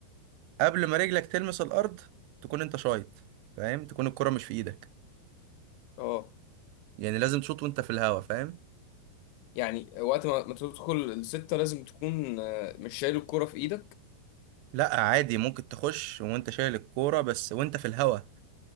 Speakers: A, on the right; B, on the left.
A: قبل ما رجلك تلمس الأرض تكون انت شايط فاهم تكون الكرة مش في ايدك
B: اه
A: يعني لازم تشوط وانت في الهوا فاهم
B: يعني وقت ما ما تدخل الستة لازم تكون آه، مش شايل الكرة في ايدك
A: لا عادي ممكن تخش وانت شايل الكورة بس وانت في الهوا